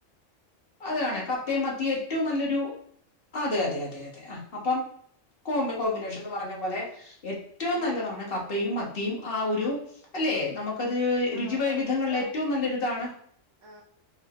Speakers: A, on the left (about 50°); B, on the right (about 85°).
A: അതണ കപ്പയെ മത്തി ഏറ്റവും നല്ലൊരു അതെ അതെ അതെ അതെ ആ അപ്പം കോ കോമ്പിനേഷൻന്ന് പറഞ്ഞ പോലെ ഏറ്റവും
B: ഉം
A: നല്ലതാണ് കപ്പയും മത്തിയും ആ ഒരു അല്ലെ നമുക്കത്
B: ആ
A: രുചിിവയ
B: പണ്ടത്തതാ
A: വിധങ്ങളിൽ ഏറ്റവും നല്ലൊരിതാണ്
B: ആ